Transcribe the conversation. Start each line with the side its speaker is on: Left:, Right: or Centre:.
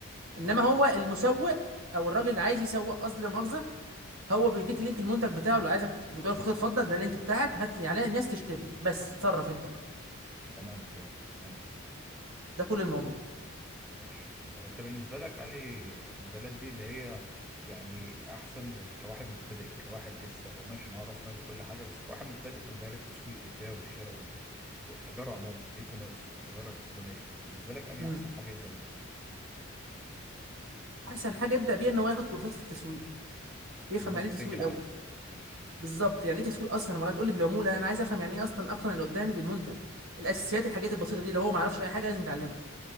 Right: انما
Centre: ماشي
Right: هو المسوق او الراجل اللي عايز يسوق قصدي لا مؤاخذه هو بيديك لينك المنتج بتاعه اللي عايزك ت- بتقول له خد اتفضل ده اللينك بتاعك هات لي يعني الناس تشتري بس اتصرف انت بقى
Centre: تمام فهمت حلو
Right: ده كل الموضوع
Centre: ماشي طب انت بالنسبة لك انهي المجالات دي اللي هي يعني احسن لل- كواحد مبتدئ كواحد لسه هو ماشي معاه راس مال وكل حاجة بس كواحد مبتدئ في مجال التسويق والبيع والشراء وال... والتجارة عموما الاي كوميرس التجارة الالكترونية بالنسبة لك انهي
Right: امم
Centre: احسن حاجة يبدأ بيها
Right: احسن حاجه يبدا بيها ان هو ياخد كورسات في التسويق يفهم
Centre: الماركتينج
Right: يعني ايه تسويق
Centre: العادي
Right: الاول
Centre: ماشي
Right: بالظبط يعني ايه تسويق اصلا لما تقول لي بالعموله انا عايز افهم يعني ايه اصلا اقنع اللي قدامي بالمنتج الاساسيات الحاجات البسيطه دي اللي هو ما يعرفش اي حاجه لازم يتعلمها